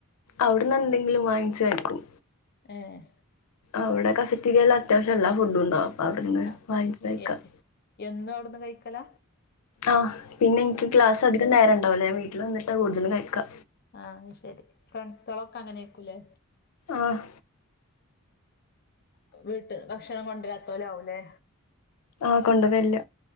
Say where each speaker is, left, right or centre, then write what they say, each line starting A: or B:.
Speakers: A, on the left; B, on the left.
A: അവിടുന്ന് എന്തെങ്കിലും വാങ്ങിച്ച് കഴിക്കും
B: ഏഹ്
A: അവിടെ കഫറ്റിൽ എല്ലാ അത്യാവശ്യ എല്ലാ ഫുഡ് ഉണ്ടാവും അവിടുന്ന്
B: ആഹ്
A: വാങ്ങിച്ച് കഴിക്കാം
B: എ എന്നു അവിടുന്ന് കഴിക്കല
A: ആഹ് പിന്നെ എനിക്ക് ക്ലാസ് അധികം നേരം ഉണ്ടാവില്ലഞാൻ വീട്ടിൽ വന്നിട്ടാ കൂടുതലും കഴിക്കാ
B: ആഹ് ശെരി ഫ്രണ്ട്സോളൊക്കെ അങ്ങനെ ആയിരിക്കുല്ലേ
A: ആഹ്
B: വീട്ട് ന്ന്ഭക്ഷണം കൊണ്ട് വരാത്തോ ആവുംലേ
A: ആഹ് കൊണ്ടര്ല്ല